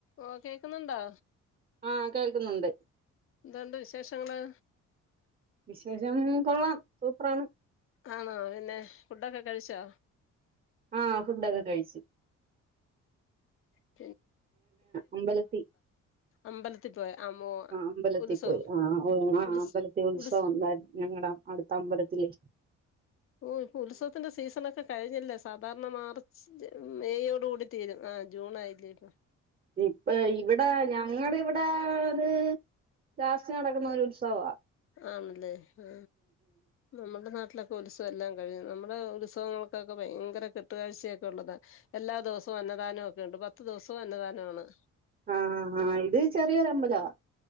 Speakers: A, on the left; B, on the right.
A: ഓ കേക്കുന്നുണ്ടോ
B: ആ കേൾക്കുന്നുണ്ട്
A: എന്താണ്ട് വിശേഷങ്ങള്
B: വിശേഷം കൊള്ളാം സൂപ്പറാണ്
A: ആണോ പിന്നെ ഫുഡഡൊക്കെ കഴിച്ചോ
B: ആ ഫുഡൊക്കെ കഴിച്ചു
A: ഉം
B: അമ്പലത്തി
A: അമ്പലത്തിൽ പോയ അമ്മോ
B: ആ അമ്പലത്തി
A: ഉത്സവോ
B: പോയി ആ ആ
A: ഉത്സ്
B: അമ്പലത്തി ഉത്സവം
A: ഉത്സ്
B: ഉണ്ടായി ഞങ്ങളുടെ അടുത്ത അമ്പലത്തി ത്രീ
A: ഓ ഇപ്പൊ ഉത്സവത്തിന്റെ സീസൺക്കെ കഴിഞ്ഞില്ലേ സാധാരണ മാർച്ച് മെയയോട് കൂടി തീരും ആ ജൂൺ ആയില്ലേ ഇപ്പം
B: ഇപ്പ ഇവിടെ ഞങ്ങള ഇവിടെത് ലാസ്റ്റ് നടക്കുന്ന ഒരു ഉത്സവ
A: ആണല്ലേ ആ നമ്മുടെ നാട്ടിലൊക്കെ ഉത്സവം എല്ലാം കഴിയും നമ്മുടെ ഉത് അസങ്ങൾക്കൊക്കെ ഭയങ്കര കെട്ടുകഴ്ചയൊക്കെ ഉള്ളതാണ് എല്ലാ ദിവസവും അന്നദാനവും ഒക്കെ ഉണ്ട് പത്ത് ദിവസവും അന്നദാനമാണ്
B: ആഹആ ഇത് ചെറിയൊരു അമ്പതവാ